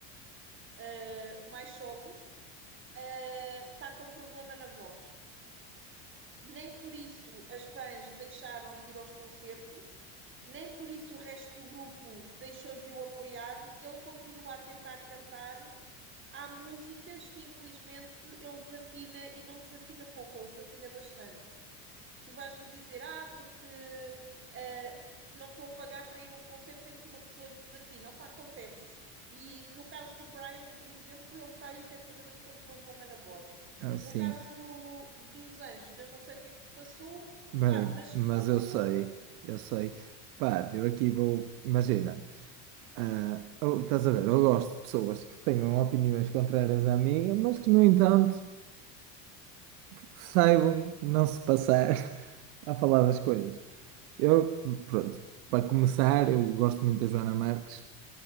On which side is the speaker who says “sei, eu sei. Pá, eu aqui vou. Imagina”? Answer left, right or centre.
Right